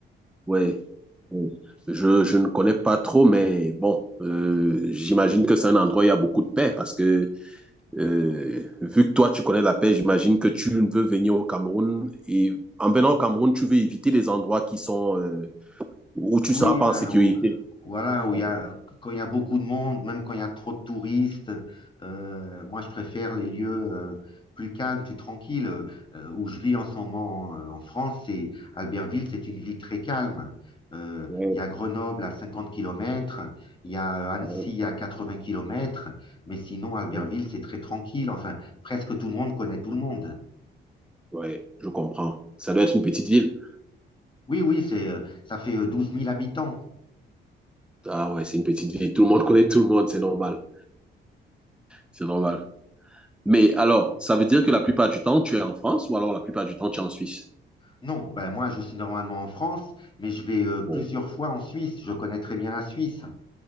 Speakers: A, in the centre; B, on the left.
A: Ouais. Ouais. Je, je ne connais pas trop, mais bon, euh, j'imagine que c'est un endroit où il y a beaucoup de paix parce que euh, vu que toi, tu connais la paix, j'imagine que tu ne veux venir au Cameroun et en venant au Cameroun, tu veux éviter les endroits qui sont euh, où tu
B: oui,
A: ne seras pas
B: ben,
A: en sécurité.
B: où- voilà, où
A: Ouais,
B: il y a, quand il y a beaucoup de monde, même quand il y a trop de touristes, euh, moi je préfère les lieux euh, plus calmes, plus tranquilles. Euh, où je vis en ce moment euh, en France, c'est Albertville, c'est une ville très calme. Euh,
A: ouais,
B: Il y a Grenoble à 50 kilomètres, il y a euh, Annecy
A: ouais,
B: à 80 kilomètres, mais sinon Albertville,
A: ouais.
B: c'est très tranquille. Enfin, presque tout le monde connaît tout le monde.
A: Ouais, je comprends. Ça doit être une petite ville.
B: Oui, oui, c'est, euh, ça fait euh, 12 000 habitants.
A: Ah ouais, c'est une petite ville. Tout le monde connaît tout le monde, c'est normal. C'est normal. Mais alors, ça veut dire que la plupart du temps, tu es en France ou alors la plupart du temps, tu es en Suisse?
B: Non, ben moi je suis normalement en France, mais je vais euh, plusieurs
A: Bon,
B: fois en Suisse. Je connais très bien la Suisse.